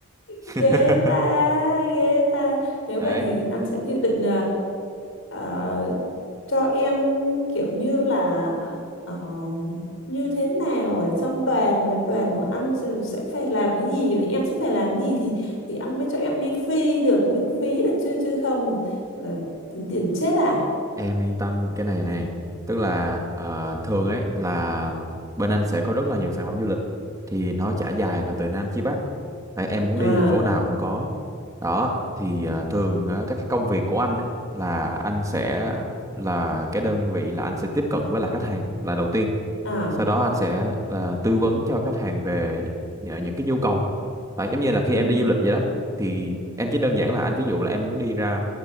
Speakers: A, on the left; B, on the right.
A: <laughs>
B: <laughs>
A: ghê ta ghê ta nếu
B: đấy
A: vậy thì anh sẽ dự định uh, cho em kiểu như là ờ, như thế nào ở trong đoàn về đoàn của anh rồi sẽ phải làm cái gì và em sẽ phải làm cái gì thì thì anh mới cho em đi free được miễn phí được chứ chứ không là tính tiền chết à
B: em yên tâm cái này này tức là ờ, thường ấy là bên anh sẽ có rất là nhiều sản phẩm du lịch thì nó trải dài là từ Nam chí Bắc đấy, em muốn
A: à
B: đi thành phố nào cũng có đó thì ờ, thường á, các cái công việc của anh ấy là anh sẽ là cái đơn vị là anh sẽ tiếp cận với lại khách hàng là đầu tiên
A: à
B: sau đó anh sẽ là tư vấn cho khách hàng về nhờ những cái nhu cầu à, giống như là khi
A: ừ,
B: em đi du lịch vậy đó thì em chỉ đơn giản là anh ví dụ là em muốn đi ra